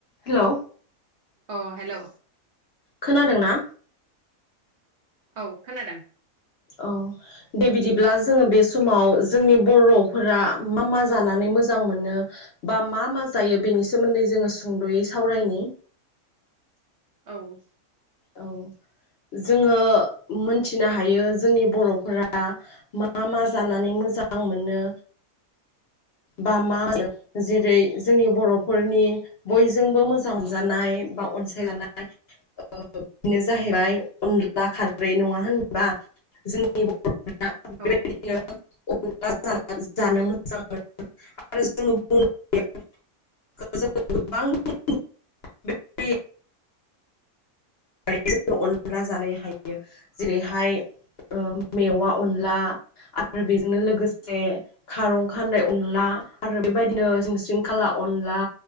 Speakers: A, on the left (about 55°); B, on the right (about 65°).
A: Hello
B: अ hello
A: खोनादों ना
B: औ खोनादों
A: औ दे बिदिब्ला जोङो बे समाव जोंनि बर'फोरा मा मा जानानै मोजां मोनो बा मा मा जायो बेनि सोमोन्दै जोङो सुंद'यै सावरायनि
B: औ
A: औ जोङो मोनथिनो हायो जोंनि बर'फोरा मा मा जानानै मोजां मोनो। बा मा होनो जेरै जोंनि बर'फोरनि बयजोंबो मोजां हमजानाय बा अनसायजानाय बेनो जाहैबाय अनला खारै नङा होनोबा जोंनि बर' <unintelligible>
B: औ
A: <unintelligible> <unintelligible> जनो लोगोसे
B: औ
A: खार खानदै अनला आरो बेबायदिनो सिं सिं खाला अनला